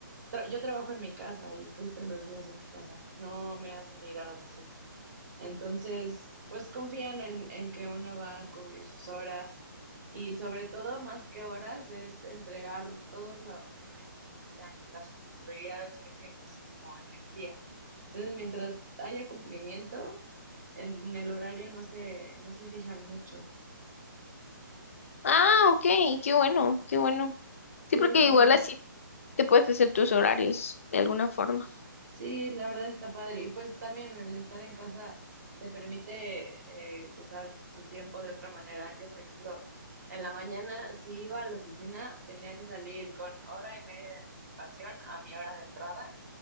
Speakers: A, on the right (about 55°); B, on the left (about 40°).
A: tra- yo trabajo en mi casa y estoy todos los días en mi casa. No me hacen ir a la oficina. Entonces, pues confían en, en que uno va a cubrir sus horas y sobre todo, más que horas, es entregar todo lo, lo que solicitan y las responsabilidades que tienes como en el día. Entonces, mientras haya cumplimiento, en, el horario no se, no se fijan mucho.
B: Ah, ok, qué bueno, qué bueno.
A: Sí,
B: Sí, porque
A: la
B: igual
A: verdad.
B: así te puedes hacer tus horarios de alguna forma.
A: Sí, la verdad está padre. Y pues también el estar en casa te permite eh, usar tu tiempo de otra manera. Yo, por ejemplo, en la mañana, si iba a la oficina, tenía que salir con hora y media de anticipación a mi hora de entrada.